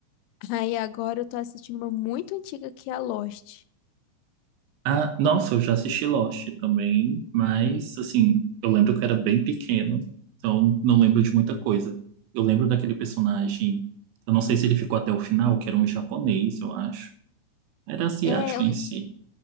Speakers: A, on the left; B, on the right.
A: Aí agora eu tô assistindo uma muito antiga que é a Lost.
B: Ah, nossa, eu já assisti Lost também, mas assim, eu lembro que eu era bem pequeno, então não lembro de muita coisa. Eu lembro daquele personagem, eu não sei se ele ficou até o final, que era um japonês, eu acho. Era asiático
A: É,
B: em si.